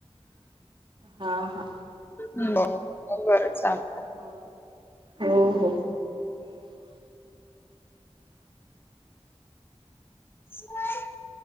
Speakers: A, on the right; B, on the left.
A: हा हा.
B: <inaudible> बरं चाल
A: हाव, हो हो.
B: <inaudible>